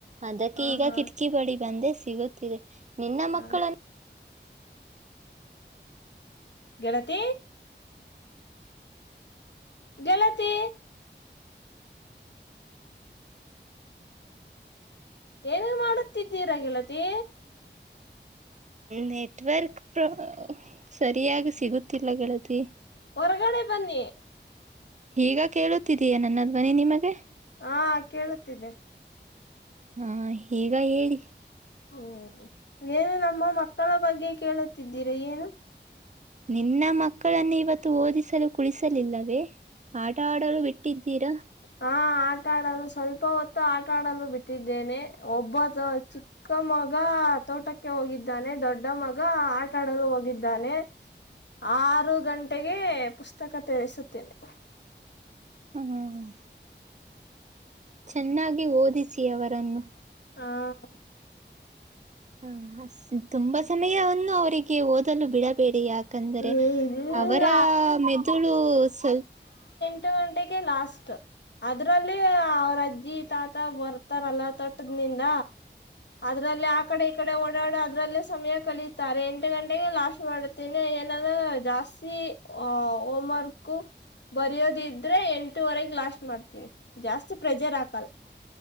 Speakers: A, on the right; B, on the left.
A: ಅದಕ್ಕೆ
B: ಹ
A: ಈಗ
B: ಹಾ
A: ಕಿಟಕಿ ಬಳಿ ಬಂದೆ ಸಿಗುತ್ತಿದೆ ನಿನ್ನ
B: ಹ
A: ಮಕ್ಕಳನ್
B: ಗೆಳತೀ ಗೆಳತಿ ಏನು ಮಾಡುತ್ತಿದ್ದೀರಾ ಗೆಳತಿ?
A: ನೆಟ್ವರ್ಕ್ ಪ್ರ ಸರಿಯಾಗಿ ಸಿಗುತ್ತಿಲ್ಲ ಗೆಳತಿ.
B: ಹೊರಗಡೆ ಬನ್ನಿ.
A: ಈಗ ಕೇಳುತ್ತಿದೀಯಾ ನನ್ನ ಧ್ವನಿ ನಿಮಗೆ?
B: ಹಾಂ ಕೇಳುತ್ತಿದ್ದೆ.
A: ಹಾಂ ಈಗಾ ಹೇಳಿ.
B: ಓ ಏನು ನಮ್ಮ ಮಕ್ಕಳ ಬಗ್ಗೆ ಕೇಳುತ್ತಿದ್ದೀರಿ ಏನು?
A: ನಿನ್ನ ಮಕ್ಕಳನ್ನು ಇವತ್ತು ಓದಿಸಲು ಕುಳಿಸಲಿಲ್ಲವೇ? ಆಟ ಆಡಲು ಬಿಟ್ಟಿದ್ದೀರಾ?
B: ಹಾಂ ಆಟಾ ಆಟ ಆಡಲು ಸ್ವಲ್ಪ ಹೊತ್ತು ಆಟಾಡಲು ಬಿಟ್ಟಿದ್ದೇನೆ ಒಬ್ಬ ಚಿಕ್ಕ ಮಗಾ ಆ ತೋಟಕ್ಕೆ ಹೋಗಿದ್ದಾನೆ ದೊಡ್ಡ ಮಗ ಆಟಾಡಲು ಹೋಗಿದ್ದಾನೆ. ಆರು ಗಂಟೆಗೆ ಪುಸ್ತಕ ತೆರಿಸುತ್ತೇನೆ.
A: <unintelligible> ಚೆನ್ನಾಗಿ ಓದಿಸಿ ಅವರನ್ನು.
B: ಹಾಂ
A: ಹಂ ಹ್ ತುಂಬಾ ಸಮಯವನ್ನು ಅವರಿಗೆ ಓದಲು ಬಿಡಬೇಡಿ ಯಾಕ? ಯಾಕಂದ್ರೆ
B: ಇಲ್ಲ
A: ಅವರ ಮೆದುಳು ಸ್ವಲ್
B: ಹತ್ತ ಗಂಟೆಗೆ ಲಾಸ್ಟ್, ಅದ್ರಲ್ಲಿ ಅವ್ರ ಅಜ್ಜಿ ತಾತ ಬರ್ತಾರಲ್ಲ ತೊಟ್ಟದನಿಂದ. <unintelligible> ಏನಂದ್ರ ಜಾಸ್ತಿ ಹೊ ಹೋಮ್ ವರ್ಕ್ ಬರಯೋದ ಇದ್ರೆ ಎಂಟವರೆಗ್ ಲಾಸ್ ಮಾಡ್ತೀನಿ ಜಾಸ್ತಿ ಪ್ರೆಷರ್ ಹಾಕಲ್ಲ